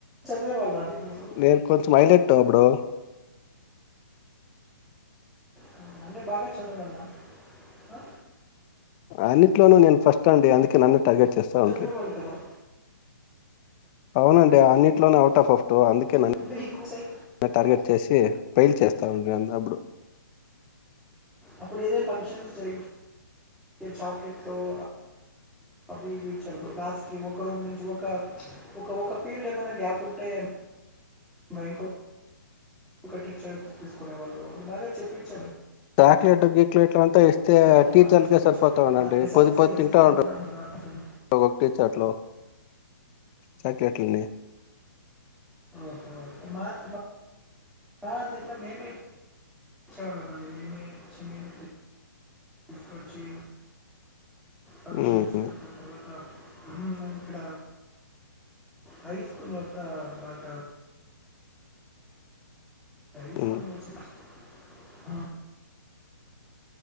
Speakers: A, in the centre; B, on the left.
A: చదివేవాళ్ళా అండి మీరు?
B: నేను కొంచెం అైలెట్ అప్పుడు.
A: ఆ! అంటే బాగా చాదివల్ల హా
B: అన్నిట్లోనూ నేను ఫస్ట్ అండి అందుకే నన్ను టార్గెట్ చేస్తా ఉండ్రి.
A: చదివేవాళ్ళు కదా!
B: అవునండి అన్నింటిలోనే అవుట్ ఆఫ్ ఆఫ్ట్ అందుక్. నంన్
A: అంటే మీకు సై
B: టార్గెట్ చేసి ఫెయిల్ చేస్త్ తనకి అంటె అప్పుడు.
A: అప్పుడు ఏదైనా ఫంక్షన్స్ జరిగితే చాక్లెట్లు అ అవివి చ రాస్కి ఒక రూమ్ నుంచి ఒక ఒక ఒక పీరియడ్ ఏమైనా గ్యాప్ ఉంటే. బైకో ఒక టీచర్ తీసుకునే వాళు అప్పుడు బాగా చెప్పించి.
B: చాక్లేెట్ గీక్లేట్ అం త్త ఇస్తే
A: అంతా
B: టీచర్లకే
A: బాగా చెప్పించేవాళ్ళు.
B: సరిపోతా ఉండి
A: ఎస్ఎల్‌సి
B: పది పది
A: ఎస్ఎల్‌సిలో
B: తింటా ఉంట
A: కూడా బాగా కొంచెం
B: ఒొ టీచర్లు. చాక్లేట్లనీ
A: ఓహో మార్క్ మా ఆ దగ్గర మేమే ఇచ్చేవాళ్ళంమండి మేమే ఇచ్చి మేమే తీ తీసుకొచ్చి పంక్షన్స్కత
B: ఉమ్,
A: తర్వాత మ్మ్ ఇక్కడ హై స్కూల్ వద్దా బాగా రైస్
B: ఉమ్.
A: కొనం చెప్పి ఆ